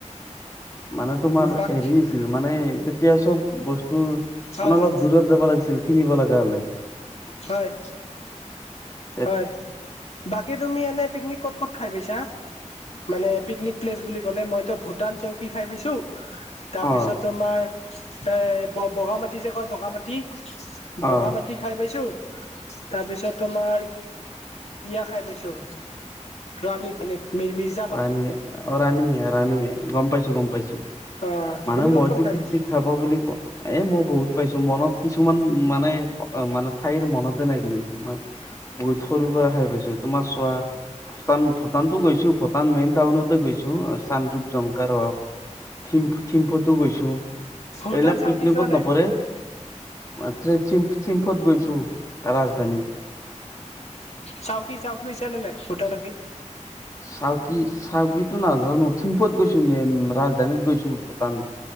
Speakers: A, on the left; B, on the left.
A: মানে তোমাৰ
B: বাক
A: হেৰি ছিল মানে তেতিয়া চব বস্তু মানে
B: হয় হয়
A: অলপ দূৰত যাব লাগিছিল কিনিব লগা হলে।
B: হয়
A: <unintelligible>
B: হয়। বাকী তুমি এনেই পিকনিক ক'ত ক'ত খাই পাইছা? মানে পিকনিক প্লেচ বুলি ক'লে, মইতো ভূটান চৌকি খাই পাইছোঁ। তাৰপিছত
A: অ
B: তোমাৰ এ বগা মাটি যে কয় বগা মাটি,
A: অ
B: বগা মাটি খাই পাইছো। তাৰ পিছত তোমাৰ বিয়া খাই পাইছোঁ, ৰাণী মৰিমিজ।
A: ৰাণী, অ' ৰাণী ৰাণী গ'ম পাইছোঁ, গম পাইছোঁ।
B: অ
A: মানে
B: তুমি
A: মইতো
B: ক'ত ক'ত খাই
A: পিকনিক
B: পাইছা
A: খাব বুলি কও এ মই বহুত পাইছোঁ, মনত কিছুমান মানে অ' মানে ঠাইৰ মনতে নাই কিজানি তোমাৰ, বহুত সৰুৰ পৰা খাই পাইছোঁ তোমাৰ চোৱা! ভূটান ভূটানতো গৈছোঁ, ভূটান মেইন টাউনতে গৈছোঁ, চানৰূপ জংকাৰ হক। থিম থিম্ফটো গৈছো।
B: ভূটান
A: এইবিলাক
B: চাউকি
A: পিকনিকত
B: যোৱা নাই
A: নপৰে। মাত্ৰে থিম্ফ থিম্ফত গৈছোঁ, ৰাজধানী।
B: চাওকি চাওকি গৈ ছানে নাই ভূটানকি?
A: চাওঁকি চাওঁকিটো নাজানো, থিম্পত গৈছোঁ নে ৰাজধানীত গৈছোঁ ভূটান।